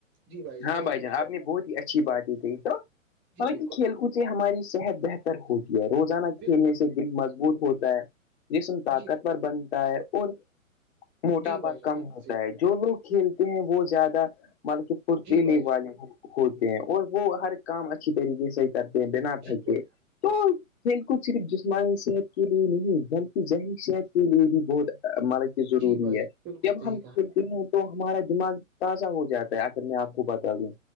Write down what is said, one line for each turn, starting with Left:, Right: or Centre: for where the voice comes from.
Right: جی
Left: ہاں
Right: یا
Left: بھائی
Right: بہتر
Left: جان آپ نے بہت ہی اچھی
Right: کیے تو
Left: بات یہ کہھی تو
Right: جی
Left: حالانکہ
Right: بالکل
Left: کھیل کود سے ہماری صحت بہتر ہو جی یہ روزانہ
Right: بالکل
Left: کھیلنے سے دل مضبوط ہوتا ہے جسم طاقتور
Right: جی
Left: بنتا ہے اور موٹاپا
Right: جی بھائی جان
Left: کم
Right: بالکل
Left: ہوتا
Right: صحیح
Left: ہے
Right: کہا
Left: جو لوگ کھیلتے ہیں وہ زیادہ مط کے پھرتیلی
Right: جی بھائی جان
Left: والے ہیں ہوتے ہیں اور وہ ہر کام اچھی طریقے سے کرتے ہیں بنا
Right: جی
Left: تھکے
Right: بھائی
Left: تو کھیل کود صرف جسمانی صحت کے لیے نہیں بلکہ ذہنی صحت کے لیے بھی بہت ملد ضروری
Right: جی بھائی جان
Left: ہے
Right: بالکل
Left: جب
Right: صحیح
Left: ہم کھیلتے
Right: کہا
Left: ہیں تو ہمارا دماغ تازہ ہو جاتا ہے اگر میں آپ کو بتا دوں